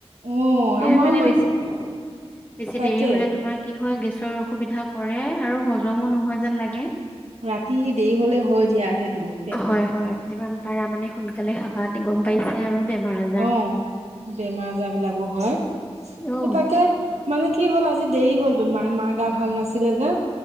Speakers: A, on the right (about 80°); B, on the left (about 15°).
A: অ' আমাৰো
B: এই মানে বেছি, বেছি
A: তাকে
B: দেৰি হ'লে তোমাৰ কি হয়, গেছৰ অসুবিধা কৰে। আৰু হজমো নোহোৱা যেন লাগে।
A: ৰাতি দেৰি হ'লে, হয় দিয়া সেইটো।
B: হয়, হয়, যিমান পাৰা মানে, সোনকালে খাবা। গম পাইছাই আৰু বেমাৰ-আ
A: অ'! বেমাৰ-আজাৰ বিলাকো হয়। সেই,
B: অ
A: তাকে মানে কি হ'ল আজি, দেৰি হ'ল তোমাৰ, মা গা ভাল নাছিলে যে!